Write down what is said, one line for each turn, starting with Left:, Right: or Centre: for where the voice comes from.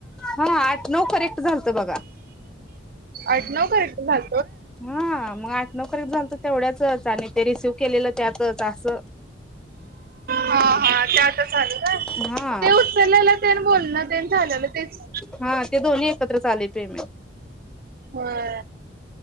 Centre: हा आठ-नऊ कॅरेक्ट झालतं बघा.
Right: आठ नऊ करेक्ट झाल.
Centre: हां! म आठ-नऊ कॅरेक्ट झालतं तेवढ्याचच. चाललंय ते रेसिइव्ह केलेलं त्यातच असं.
Right: हा हा ते आता झालं काय
Centre: हा
Right: ते उचललेलं तेन बोलणं तेन झालेलं तेच
Centre: हा ते दोन्ही एकत्रच आलेत. पेमें
Right: होय.